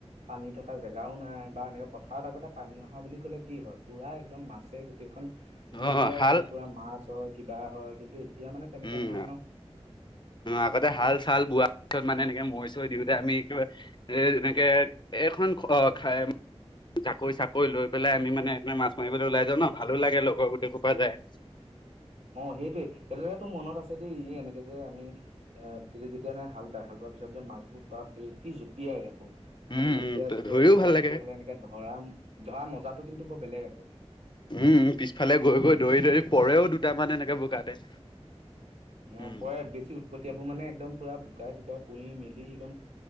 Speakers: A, on the right; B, on the left.
A: পানী থকা জেগাও নাই বা এনেকে পথাৰত আগতে পানী অহা বুলি ক'লে কি হয় পুৰা একদম মাছে গোটেইখন গিৰগিৰাই
B: অ হাল
A: যায় পুৰা মাছ হয় কিবা হয় কিন্তু এতিয়া মানে তেনেকে
B: উম
A: নাই ন
B: আগতে হাল চাল বোৱাই মানে এনেকে মৈ চৰি দিওঁতে আমি কিবা এ এনেকে এখন খাই জাকৈ চাকৈ লৈ পেলাই আমি মানে এক মাছ মাৰিবলৈ ওলাই যাওঁ ন ভালো লাগে লগৰ গোতে খোপাই যায়
A: অ সেইটোয়ে সেইটো তোৰ মনত আছে দেই এই এনেকে যে আমি এ তেতিয়া যেতিয়া হাল বায় হাল বোৱাৰ পিছত যে মাছবোৰ বাপ ৰে কি জঁপিয়াই আকৌ
B: উম,
A: এই জুপিয়া
B: উম,
A: চুপিয়াবোৰ
B: ধৰিও
A: মানে
B: ভাল লাগে
A: পিছফালে এনেকে ধৰা ধৰা মজাটো কিন্তু বৰ বেলেগ আকৌ
B: উম পিছফালে গৈ গৈ দৌৰি দৌৰি পৰেও দুটামান এনেকে বোকাতে
A: অ
B: উম,
A: পৰে বেছি উৎপটিয়াবোৰ মানে একদম পুৰা বোকাই চকাই পুৰি মেলি একদম